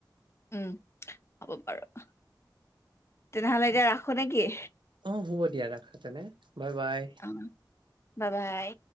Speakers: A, on the left; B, on the right.
A: উম, হ'ব বাৰু, তেনেহ'লে এতিয়া ৰাখো নে কি?
B: অ' হ'ব দিয়া ৰাখাতেনে বাই বাই।
A: অ' বা বাই।